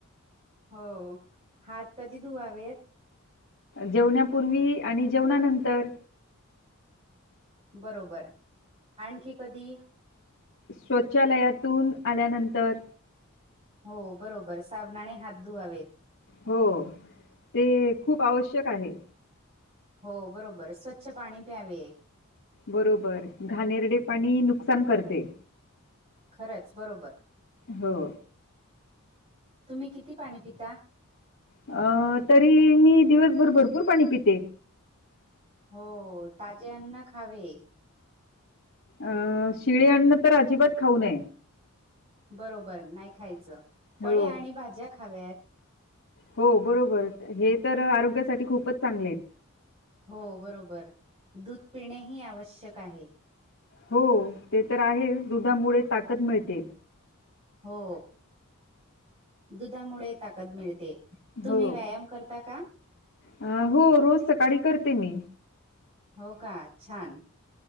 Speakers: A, on the right; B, on the left.
A: हो. हात कधी धुवावेत?
B: जेवनापुर्वी आणि जेवनानंतर.
A: बरोबर. आणखी कधी?
B: शौचालयातून आल्यानंतर.
A: हो बरोबर. साबनाने हात धुवावेत.
B: हो‌. ते खूप आवश्यक आहे.
A: हो बरोबर‌. स्वच्छ पाणी प्यावे.
B: बरोबर‌. घानेरडे पाणी नुकसान करते.
A: खरंच बरोबर.
B: हो.
A: तुम्ही किती पाणी पिता?
B: अ तरी मी दिवसभर भरपूर पाणी पिते.
A: हो‌. ताजे अन्न खावे.
B: अ शिळी अन्न तर अजिबात खाऊ नये.
A: बरोबर नाही खायचं. फळे
B: हो,
A: आणि भाज्या खाव्यात.
B: हो बरोबर. हे तर आरोग्यासाठी खूपच चांगले आहे.
A: हो बरोबर. दूध पिणे हि आवश्यक आहे.
B: हो ते तर आहेच. दुधामुळे ताकद मिळते.
A: हो. दुधामुळे ताकद मिळते. तुम्ही
B: हो.
A: व्यायाम करता का?
B: अ हो रोज सकाळी करते मी.
A: हो का? छान!